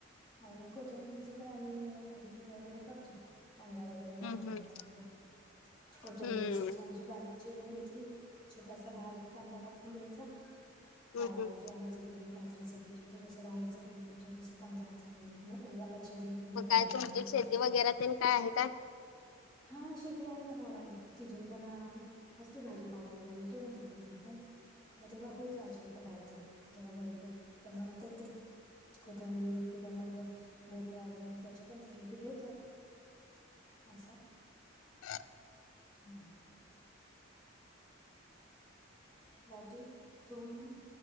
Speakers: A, on the left (about 20°); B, on the left (about 75°).
A: आणिक होत तिचे पण आम्ही खकिट वगैरे करतो <unintelligible> कांदा वगैरे टाकून
B: हम्म हम्म.
A: <unintelligible> कून हा कोथिंबीर
B: हम्म.
A: अशी छानशी बारीक- चिरून घेतली, छोटासा बारी कांदा कापून घ्यायचा,
B: हम्म
A: आ..
B: हम्म.
A: ज्वारीच- पीठ, बाजरीचं पीठ असं राहायचं <unintelligible> पेटरसं तांदळाचं ते ओ जिरे ध
B: मग
A: पावडर
B: काय तुमची
A: लालड
B: शेती
A: <unintelligible>
B: वगैरे काय आहे काय?
A: हा शेती आहे ना, गावाला तिथून पण- असते, भाजीपाला वगैरे येतो ना तिकटन पण- मग तेव्हा होत असे पदार्थ जेव्हा भरपूर प्रमाणात येत ते- कोथंबीर किंवा मग भोपळा वगैरे, त्याच्या पण थालीपीठ ठेवतात. असंय.
B: हा <inaudible>
A: हम्. बाकी तुम-